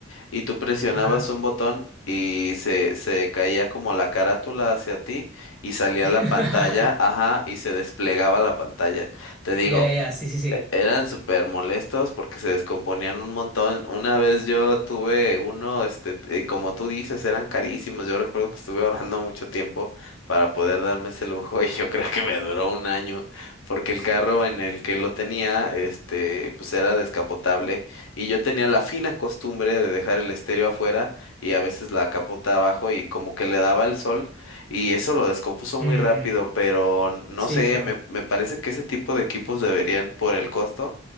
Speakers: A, on the left; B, in the centre.
A: y tú presionabas
B: Ajá.
A: un botón y se, se caía como la carátula hacia ti y salía
B: <laughs>
A: la pantalla, ajá, y se desplegaba la pantalla. Te digo,
B: Ya, ya, ya, sí, sí, sí.
A: eran súper molestos porque se descomponían un montón. Una vez yo tuve uno, este, eh, como tú dices, eran carísimos. Yo recuerdo que estuve ahorrando mucho tiempo para poder darme ese lujo <laughs> y yo creo que me duró un año porque el carro en el que lo tenía, este, pues era descapotable y yo tenía la fina costumbre de dejar el estéreo afuera y a veces la capota abajo y como que le daba el sol. Y eso lo descompuso muy
B: Mm,
A: rápido, pero no
B: sí,
A: sé,
B: claro.
A: me, me parece que ese tipo de equipos deberían, por el costo,